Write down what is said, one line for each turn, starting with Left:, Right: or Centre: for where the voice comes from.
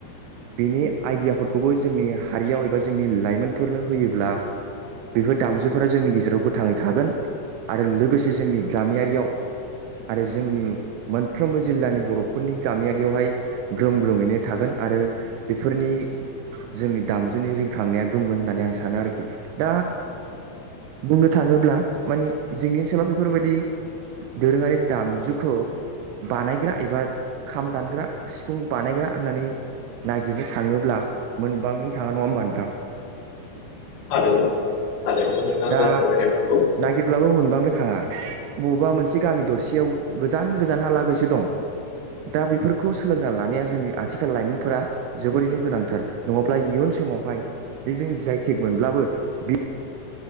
Right: बेनि आइडियाफोरखौबो जोंनि हारियाव एबा जोंनि लाइमोनफोरनो होयोब्ला बेफोर दामजुफोरा जोंनि गेजेराव गोथाङै थागोन आरो लोगोसे जोंनि गामियारियाव आरो जोंनि मोनफ्रोमबो जिल्लानि बर'फोरनि गामियारियावहाय ग्रोम ग्रोमैनो थागोन आरो बेफोरनि जोंनि दामजुनि रिंखांनाया गोमगोन होननानै आं सानो आरोखि। दा बुंनो थाङोब्ला माने जोंनि ओनसोलाव बेफोरबायदि दोरोङारि दामजुखौ बानायग्रा एबा खाम दानग्रा सिफुं बानायग्रा होननानै नागिरनो थाङोब्ला मोनबांनो थाङा नङा होमबा नोंथां?
Left: थारैनो थारैनो नोंथाङा
Right: दा
Left: जा फोरमायदों नंगौ।
Right: नागिरब्लाबो मोनबांनो थाङा बबेबा मोनसे गामि दरसेयाव गोजान गोजानहालागैसो दं दा बेफोरखौ सोलोंना लानाया जोंनि आथिखाल लाइमोनफोरा जोबोरैनो गोनांथार नङाब्ला इयुन समावहाय जे जों जि आइ थेग मोनब्लाबो <inaudible>